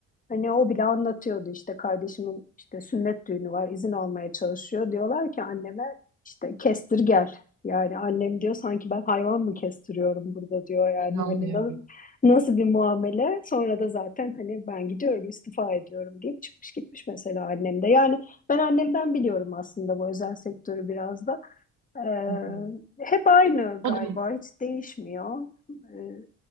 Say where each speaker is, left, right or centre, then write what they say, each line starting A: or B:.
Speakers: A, on the left; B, on the right.
A: Hani o bile anlatıyordu işte kardeşimin işte sünnet düğünü var izin almaya çalışıyor. Diyorlar ki anneme işte kestir gel. Yani annem diyor sanki ben hayvan mı kestiriyorum burada diyor yani
B: inanmıyorum.
A: hani na- nasıl bir muamele. Sonra da zaten hani ben gidiyorum istifa ediyorum deyip çıkmış gitmiş mesela annem de. Yani ben annemden biliyorum aslında bu özel sektörü biraz da. Ee,
B: Hı hı.
A: hep aynı galiba,
B: O da
A: hiç değişmiyor. Ee,